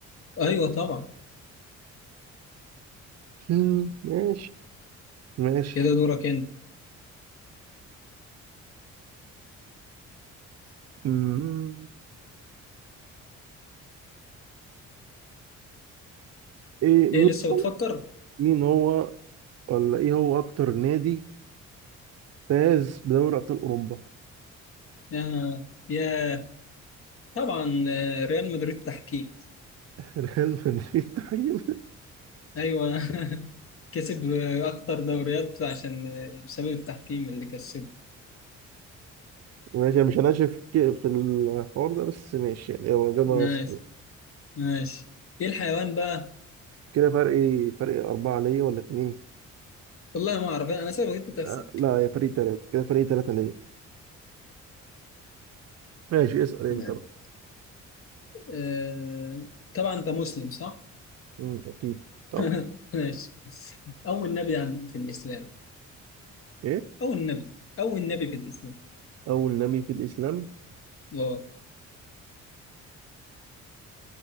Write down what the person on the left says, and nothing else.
ايوه طبعا
كده دورك انت
ايه لسه بتفكر
آه. يا طبعا آه، ريال مدريد تحكيم
ايوه <laughs> كسب اكتر دوريات عشان بسبب التحكيم اللي كسبه
ماشي
ماشي ايه الحيوان بقى
والله ما اعرف انا سايبك انت تحسب
نعم.
آه... طبعا انت مسلم صح
<laughs> ماشي اول نبي عن في الاسلام
اول نبي اول نبي في الاسلام
اه